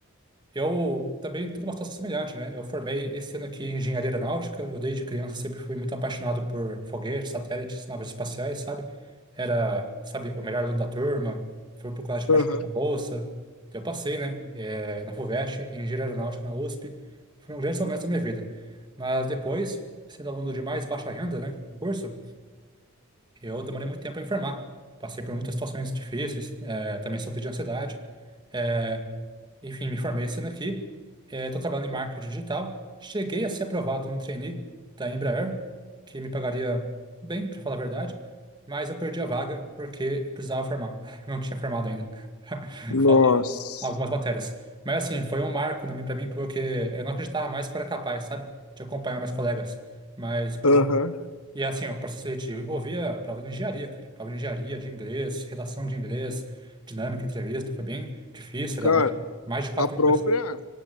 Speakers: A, on the right; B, on the left.
A: Eu também estou numa situação semelhante, né? Eu formei esse ano aqui em engenharia aeronáutica. Eu, desde criança, sempre fui muito apaixonado por foguetes, satélites, naves espaciais, sabe? Era, sabe, o melhor aluno da turma. Fui pro colégio particular
B: aham.
A: com bolsa. Eu passei, né? eh, na FUVEST, em engenharia aeronáutica na USP. Foram grandes momentos da minha vida. Mas depois, sendo aluno de mais baixa renda, né? No curso, eu demorei muito tempo para enfermar. Passei por muitas situações difíceis, eh, também sofri de ansiedade. Eh, enfim, me formei esse ano aqui. Estou trabalhando em marketing digital. Cheguei a ser aprovado no trainee da Embraer, que me pagaria bem, para falar a verdade, mas eu perdi a vaga porque eu precisava formar. <laughs> Não tinha formado ainda. <laughs>
B: Nossa.
A: Faltam Algumas matérias. Mas assim, foi um marco para mim, pra mim, porque eu não acreditava mais que eu era capaz, sabe, de acompanhar meus colegas. Mas prova-
B: Aham.
A: e é assim, o processo seletivo envolvia prova de engenharia, cara. Prova de engenharia, de inglês, redação de inglês, dinâmica, entrevista. Foi bem difícil,
B: Cara,
A: era mais, mais de quatro
B: a própria,
A: mil pessoas.